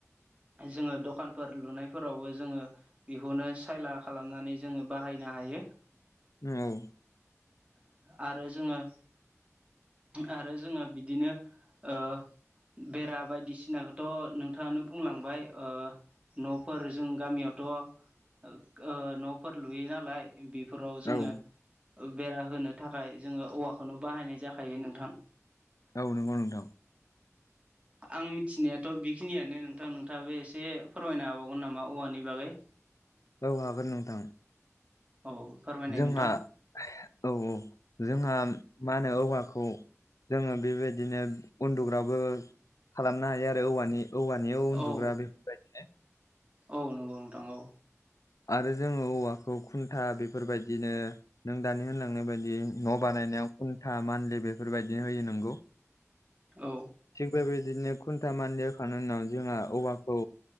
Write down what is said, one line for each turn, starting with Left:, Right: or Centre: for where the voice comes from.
Right: जोङो दखानफोर लुनायफोरावबो जोङो बेखौनो सायला खालामनानै जोङो बाहायनो हायो।
Left: औ।
Right: आरो जोङो आरो जोङो बिदिनो ओ बेरा बायदिसिनाखौथ' नोंथाङानो बुंलांबाय, ओ न'फोर जों गामियावथ' ओ न'फोर लुयो नालाय बेफोराव
Left: औ
Right: जोङो बेरा होनो थाखाय जोङो औवाखौनो बाहायनाय जाखायो नोंथां।
Left: औ नंगौ नोंथां।
Right: आं मिथिनायाथ' बेखिनियानो नोंथां, नोंथाङाबो एसे फोरमायनो हाबावगोन नामा औवानि बागै?
Left: औ हागोन नोंथां।
Right: औ। फोरमायनाय
Left: जोंहा,
Right: नोंथां
Left: औ औ जोंहा मा होनो औवाखौ जोङो बेबायदिनो उन्दुग्राबो खालामनो हायो आरो औवानि। औवानियाव
Right: औ
Left: उन्दुग्रा बेफोरबायदिनो
Right: औ नंगौ नोंथां औ।
Left: आरो जोङो औवाखौ खुन्था बेफोरबायदिनो नों दानि होनलांनाय बायदि न' बानायनायाव खुन्टा मानलि बेफोरबायदि होयो नोंगौ।
Right: औ।
Left: थिग बेबायदिनो खुन्था मान्द होखांनायनि उनाव जोंहा औवाखौ